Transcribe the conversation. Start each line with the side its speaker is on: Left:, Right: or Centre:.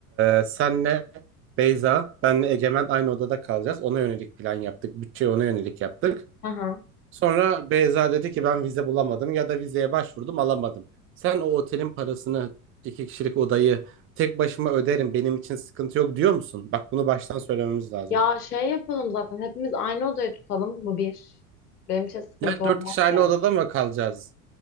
Right: e, senle Beyza, benle Egemen aynı odada kalacağız. Ona yönelik plan yaptık. Bütçeyi ona yönelik yaptık.
Left: Aha.
Right: Sonra Beyza dedi ki ben vize bulamadım ya da vizeye başvurdum alamadım. Sen o otelin parasını iki kişilik odayı tek başıma öderim benim için sıkıntı yok diyor musun? Bak bunu baştan söylememiz lazım.
Left: Ya şey yapalım zaten hepimiz aynı odayı tutalım bu bir. Benim için sıkıntı
Right: Yani
Left: olmaz
Right: dört kişi aynı
Left: yani.
Right: odada mı kalacağız?